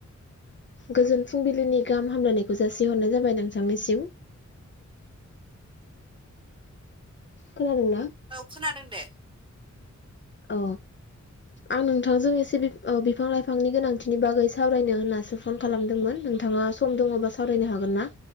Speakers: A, on the left (about 40°); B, on the right (about 15°).
A: गोजोन फुंबिलिनि गाहाम हामलायनायखौ जासिहरनाय जाबाय नोंथांनिसिम। खोनादों ना?
B: औ खोनादों दे
A: अ आं नोंथांजों एसे ओ बिफां लाइफांनि गोनांथिनि बागै सावरायनो होननासो फन खालामदोंमोन नोंथाङा सम दङबा सावरायनो हागोन ना?